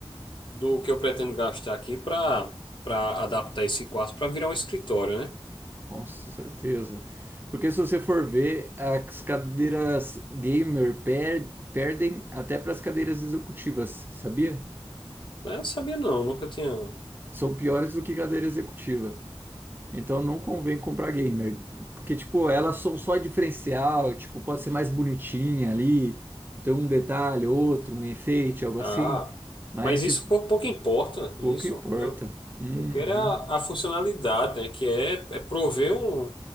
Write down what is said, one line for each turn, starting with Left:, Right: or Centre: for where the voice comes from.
Left: do que eu pretendo gastar aqui pra, pra adaptar esse quarto pra virar um escritório, né?
Right: Com certeza. Porque se você for ver, as cadeiras gamer per- perdem até para as cadeiras executivas, sabia?
Left: Eu não sabia, não. Nunca tinha...
Right: São piores do que cadeira executiva. Então não convém comprar gamer, porque tipo, elas são só diferencial, tipo, pode ser mais bonitinha ali, tem um detalhe, outro, um efeito, algo
Left: Ah,
Right: assim, mas
Left: mas
Right: se
Left: isso pou- pouco importa, isso.
Right: pouco importa.
Left: Eu,
Right: Uhum.
Left: eu quero é a, a funcionalidade, né? Que é, é prover um,